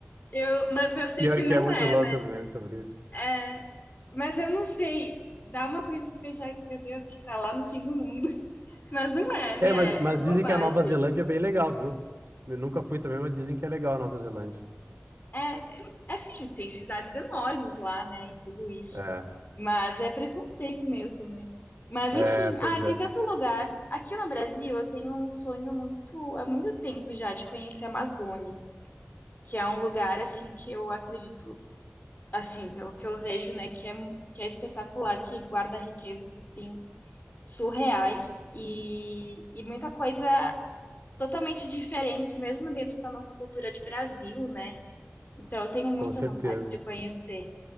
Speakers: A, on the left; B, on the right.
A: Eu, mas eu sei
B: Pior
A: que não
B: que é muito
A: é,
B: louco os memes sobre isso.
A: É, mas eu não sei, dá uma coisa de pensar, meu Deus, que tá lá no fim do mundo. <laughs> Mas não é, né?
B: É, mas, mas
A: É bobagem.
B: dizem que a Nova Zelândia é bem legal, viu? Eu nunca fui também, mas dizem que é legal a Nova Zelândia.
A: É, é sim, tem cidades enormes lá, né? E tudo isso.
B: É,
A: Mas é preconceito mesmo, né? Mas
B: é,
A: enfim,
B: pois
A: ah, tem
B: é,
A: tanto lugar. Aqui no Brasil, eu tenho um sonho muito, há muito tempo já de conhecer a Amazônia, que é um lugar assim que eu acredito, assim, pelo que eu vejo, né, que é, que é espetacular, que guarda riquezas assim surreais e, e muita coisa totalmente diferente, mesmo dentro da nossa cultura de Brasil, né? Então eu tenho muita
B: com certeza.
A: vontade de conhecer.